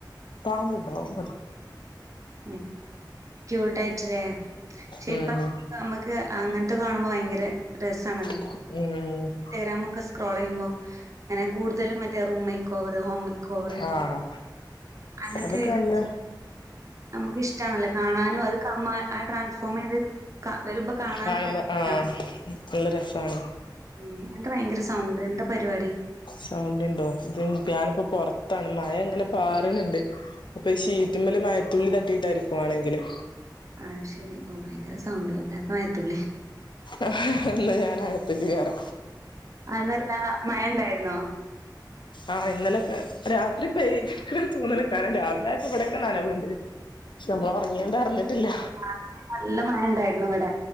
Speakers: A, on the left; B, on the right.
A: പാമ്പ് ണ്ടാവും.
B: ഉം, ചൂട് ആയിട് ല്ലേ? ഷെ
A: ഉം
B: പ്പ. നമക്ക് അങ്ങൻത് കാണുമ്പോ, ഭയങ്കര രസാണല്ലോ?
A: ഉം
B: ഇൻസ്റ്റഗ്രാമക്കെ സ്ക്രോൾ ചെയ്യുമ്പോ? ങ്ങനെ കൂടുതലും മറ്റേ room make over. Home make over,
A: ആഹ്
B: അങ്ങൻത്തെ
A: അതൊക്കെ
B: വീഡിയോസ്.
A: നല്ല
B: നമക്ക് ഇഷ്ടണല്ലോ? കാണാനും അത് ക, മ, ആഹ്, ട്രാൻസ്ഫോം ചെയ്ത്. ക വരുമ്പോ? കാണാനും
A: കാണുമ്പോ
B: നല്ല രസാണ്.
A: ആഹ, നല്ല രസാണ്.
B: ഉം, എന്താ ഭയങ്കര സൗണ്ട്. എന്ത പരിവാടി?
A: സൗണ്ട് ണ്ടോ? ഇത് ഞാനിപ്പോ പൊറത്താണ്. മഴ ങ്ങനെ പാറ്ണണ്ട്. അപ്പൊ, ഈ, ഷീറ്റിമ്മല് മയത്തുള്ളി തട്ടിട്ടായിരിക്കു വാണെങ്കില്?
B: ആഹ്, ശരി, ഓ, ഭയങ്കര സൗണ്ട്. വല്ലാത്ത മയത്തുളി.
A: ആഹ്, ന്നാ ഞാനകതേക്ക് കയറ.
B: അതല്ല, മഴ ണ്ടായിരുന്നോ?
A: ആഹ്, ഇന്നലെക്കെ രാത്രി പെയ്ത് ക്ക്ണ്ണ് തോന്ന്ണ്. കാരണം രാവിലെ ആയപ്പോ ഇവിടൊക്കെ നനവുണ്ട്. ക്ഷെ, നമ്മൾ ഒറങ്ങിയോണ്ട് അറിഞ്ഞിട്ടില്ല.
B: രാത്രി നല്ല മഴ ഉണ്ടായിരുന്നു ഇവിടെ.